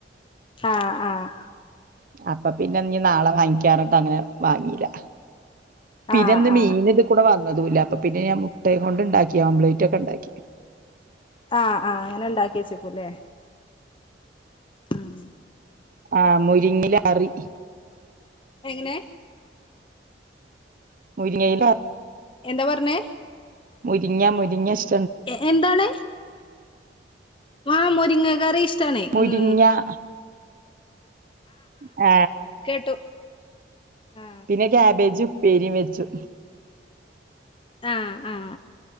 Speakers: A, on the left (about 30°); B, on the right (about 50°).
A: ആഹ് ആഹ്
B: അപ്പൊ പിന്നെ ഇനി നാളെ വാങ്ങിക്കാറണ്ട് അങ്ങനെ വാങ്ങിയില്ല
A: ആ
B: പിന്നെന്ത്
A: ആ
B: മീന ഇതീക്കൂടേ വന്ന്- വന്നതുമയില്ല അപ്പൊ പിന്നെ ഞാൻ മുട്ടയും കൊണ്ട് ഇണ്ടാക്കി ഓംലൈറ്റ് ഒക്കെ ഇണ്ടാക്കി
A: ആഹ് ആഹ് അങ്ങനെ ഉണ്ടാക്കിച്ചക്കൂല്ലേ ആഹ്
B: ആഹ്‌ മുരിങ്ങില അറി
A: എങ്ങനെ
B: മുരിങ്ങേയില
A: എന്താ പറഞ്ഞേ
B: മുരിങ്ങ മുരിങ്ങ ശ്
A: എ എന്താണ് ആ മുരിങ്ങ കറി ഇഷ്ടണേ
B: മുരിങ്ങ
A: ഉം
B: ആ
A: കേട്ടു ആ
B: പിന്നെ കാബേജ് ഉപ്പേരിം വെച്ചു
A: ആ ആ